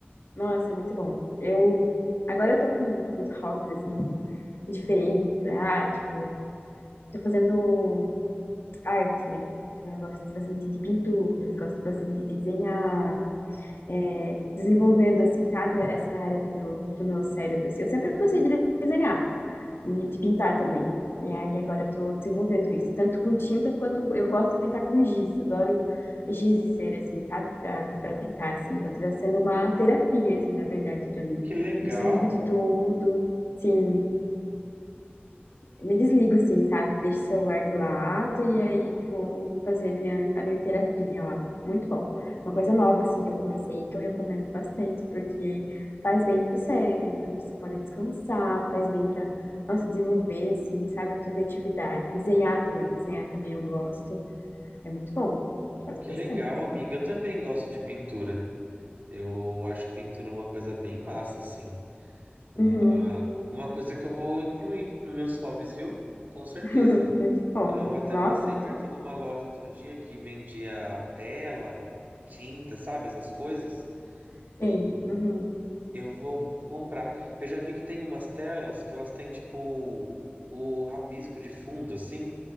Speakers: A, on the left; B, on the right.
A: nossa, muito bom. Eu agora eu tô com, com uns hobbies assim diferentes. Ah, tipo, tô fazendo arte, né? Então eu gosto bastante de pinturas, gosto bastante de desenhar, é, desenvolvendo assim, sabe, essa área do meu do meu cérebro. assim. Eu sempre gostei de desenhar. e de pintar também. E aí agora eu tô desenvolvendo isso, tanto com tintas quanto com- eu gosto de pintar com giz. Adoro giz e cera assim, sabe? Pra para pintar assim. Então tá sendo uma terapia assim, na verdade, pra mim.
B: Que legal,
A: Desligo de tudo. Sim, me desligo assim, sabe? Deixo o celular de lado e aí vou fazer minha, a minha terapia lá. Muito bom. Uma coisa nova, assim, que eu comecei, que eu recomendo bastante, porque faz bem pro cérebro, você pode descansar, faz bem pra, nossa, desenvolver, assim, sabe? A sua criatividade. Desenhar também, desenhar também eu gosto. É muito bom. Gosto
B: que
A: bastante.
B: legal,
A: assim.
B: amiga. Eu também gosto de pintura. Eu acho pintura uma coisa bem massa, assim. Uma,
A: Uhum.
B: uma coisa que eu vou incluir nos meus hobbies, viu? Com certeza.
A: <laughs> Muito bom.
B: Eu até
A: Nossa,
B: passei
A: muito
B: perto
A: bom.
B: de uma loja outro dia que vendia tela, tinta, sabe? Essas coisas.
A: Sim.
B: E
A: Uhum.
B: eu vou comprar. Eu já vi que tem umas telas que elas têm tipo o rabisco de fundo, assim,